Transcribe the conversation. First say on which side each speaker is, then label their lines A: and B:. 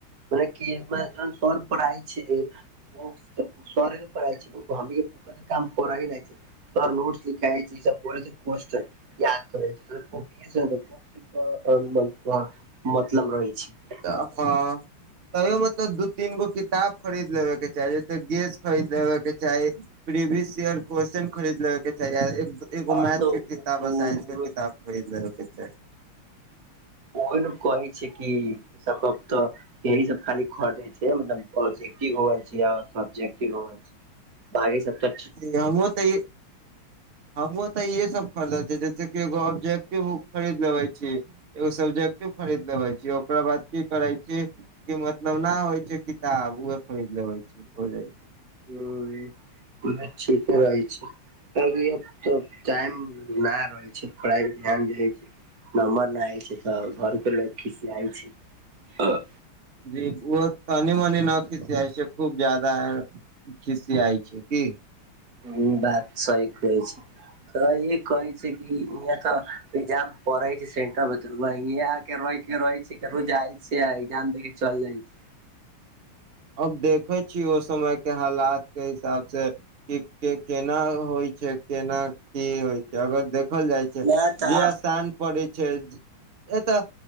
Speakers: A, on the right (about 55°); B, on the right (about 80°).
A: मने कमे जन सर पढ़ाय छै <unintelligible> सरे न पड़इ छै क तऽ काम कर ह नहि छै तर नोट्स लिखाइ छी सब बोलै छै क्वेश्चन याद करै छै त <unintelligible> मतलब रहै छै
B: तऽ हँ तैयो मतलब दू तीन गो किताब खरीद लेबे के चाही जैसे गेस खरीद लेबे के चाही प्रीवियस इयर क्वेश्चन खरीदल के चैई अ एगो
A: आ
B: मैथ
A: तऽ
B: के किताब आ साइंस के किताब करें के चैई
A: ओहि ने कहै छै कि इ सब कत्ता यी सब खाली खटे छै मतलब्टि रोज भागी सबटा
B: ज हमो तऽ ई हमहुं तऽ इहे सब खरीदले छी जैसे कि एगो ऑब्जेक्टिव खरीद लेबे छीय एगो सब्जेक्टि खरीद लेबे छीय ओकरा बाद की करै छीय क मतलब न होइ छै किताब उह खरीद लेब छै हो जाइ छैय
A: ह ब ठीके रहै छै कक तऽ टाइम नहि रहै छै पढ़ाइ मे ध्यान छै नमबर नहिइ छैय तऽ घर के लोक खिसियाइ छैय
B: जी ओ तनी मनी न खिच जाइ छै खूब जदा खिसी आइ छै कि
A: ह बात सही कहै छै त ये कहे छै क यहाँ तऽजाम पढ़े छै सेंटर केे के रहे छै केकरो जाय छै एजाम देख के चल जाइ छै
B: अब देखे छी ओ समय के हालात के हिसाब से के केना होइ छै केना की होइ छै अगर देख देखल जाइ छै
A: ना तऽ
B: जे
A: आब
B: स्थान पड़ै छै ए तऽ